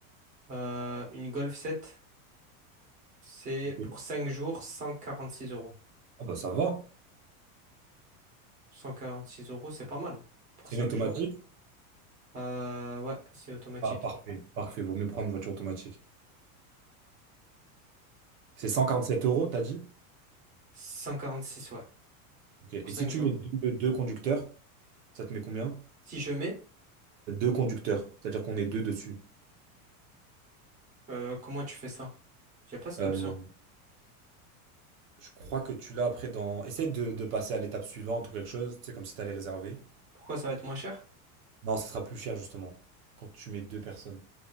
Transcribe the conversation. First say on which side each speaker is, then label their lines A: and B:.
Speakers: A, on the right; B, on the right.
A: euh, une Golf 7, c'est
B: ok.
A: pour cinq jours 146 euros.
B: Ah bah ça va.
A: 146 euros, c'est pas mal pour
B: C'est
A: 5
B: une automatique?
A: jours. Euh, ouais, c'est automatique.
B: Ah parfait, parfait, vaut mieux prendre une voiture automatique. C'est 147 euros, t'as dit?
A: 146, ouais,
B: Ok. Et
A: pour cinq
B: si tu
A: jours.
B: mets deux, deux conducteurs, ça te met combien?
A: Si je mets,
B: Deux conducteurs, c'est-à-dire qu'on est deux dessus.
A: euh, comment tu fais ça? J'ai pas cette
B: Euh,
A: option.
B: je crois que tu l'as après dans. Essaye de, de passer à l'étape suivante ou quelque chose, tu sais, comme si t'allais réserver.
A: Pourquoi ça va être moins cher?
B: Non, ça sera plus cher justement quand tu mets deux personnes.